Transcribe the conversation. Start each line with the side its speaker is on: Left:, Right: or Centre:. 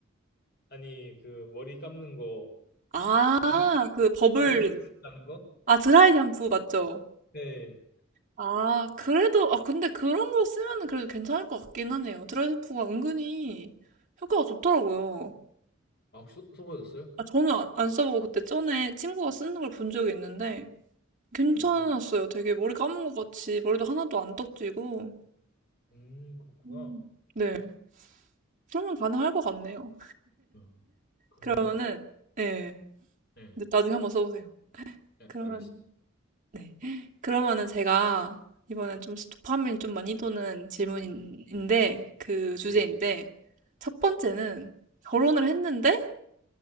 Left: 아니, 그 머리 감는 거
Right: 아,
Left: 마른
Right: 그 버블,
Left: 마른 샴푸 감는 하는 거?
Right: 아, 드라이 샴푸 맞죠?
Left: 네.
Right: 아, 그래도, 아, 근데 그런 거 쓰면은 그래도 괜찮을 것 같긴 하네요. 드라이샴푸가 은근히 효과가 좋더라고요.
Left: 아, 혹시 써- 써보셨어요?
Right: 아, 저는 아- 안 써보고 그때 전에 친구가 쓰는 걸 본 적이 있는데 괜찮았어요.
Left: 어,
Right: 되게 머리 감은 것 같이 머리도 하나도 안 떡지고.
Left: 음, 그렇구나.
Right: 음. 네. 그러면 가능할 것 같네요.
Left: 네, 금방
Right: 그러면은, 네.
Left: 네,
Right: 근데 나중에 한번 써보세요.
Left: 네,
Right: 그러면
Left: 알겠습니다.
Right: 네. 그러면은 제가 이번엔 좀 도파민 좀 많이 도는 질문인데, 그 주제인데,
Left: 네.
Right: 첫 번째는 결혼을 했는데